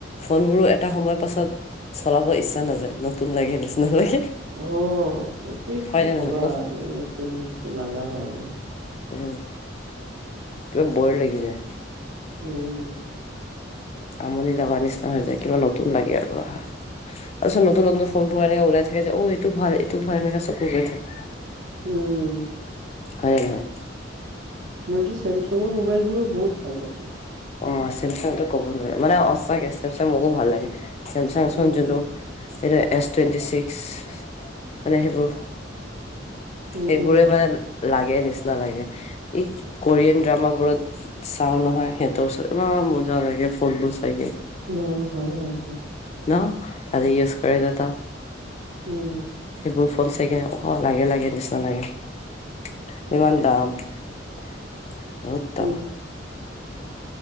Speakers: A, on the left; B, on the right.
A: ফোনবোৰো এটা সময়ৰ পাছত চলাব ইচ্ছা নাযায় নতুন লাগে নিচিনা লাগে
B: আহ এইটয়ে
A: হয়
B: কি
A: নে
B: কবা
A: নহয় কোৱা
B: আৰু নতুন বস্তু লগা হয়
A: উ কিবা বই লাগি যায়
B: উম
A: আমনি লগা নিচিনা হৈ যায় কিবা নতুন লাগে আৰু আহা তাৰপিছত নতুন নতুন ফোন ফ এনেকে ওলাই থাক থাকে অ এইটো ভাল এইটো ভাল মজা চকু গৈ থাকে
B: উম,
A: হয় হয়
B: মোৰ চেমচুংঙৰ মোবাইলবোৰো বহুত ভাল লাগে
A: অ চেমচাং তটো ক'ব নোৱাৰি মানে সঁচাকে চেমচাং মোকো ভাল লাগে <unintelligible>
B: উম,
A: যটো সটো এছ টুৱেণ্টি ছিক্স মানে সেইবোৰ
B: উম,
A: সেইবোৰে
B: উম,
A: মানে লাগে নিচিনা লাগে ই কোৰিয়ান ড্ৰামাবোৰত চাওঁ নহয় সেই তছত এবাৰ মজা লাগে ফোনবোৰ চাই
B: অ হয় হয় হয়
A: ন আজি ইউজ কৰে যে তা
B: উম
A: এইবোৰ ফোন চাই কিনে অ লাগে লাগে নিচিনা লাগে ইমান দাম বহুত
B: ঠিক।
A: দাম